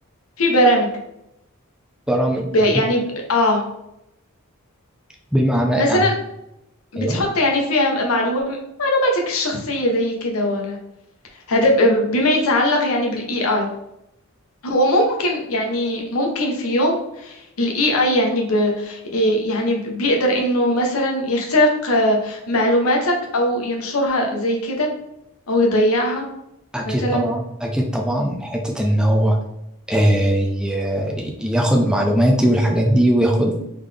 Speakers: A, on the left (about 75°); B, in the centre.
A: في برامج
B: فبرامج
A: ب-
B: بحب-
A: يعني ب- اه
B: بمعنى يعني
A: مثلا بتحط
B: ايوه
A: يعني فيها معلومة معلوماتك الشخصية زي كده ولا هذا ب- بما يتعلق يعني بالاي اي هو ممكن يعني ممكن في يوم الاي اي يعني ب إيه، يعني ب- بيقدر انه مثلا يخترق آه، معلوماتك او ينشرها زي كده او يضيعها
B: اكيد
A: مثلا
B: طبعا اكيد طبعا حتة ان هو آه، ي- ياخد معلوماتي والحاجات دي وياخد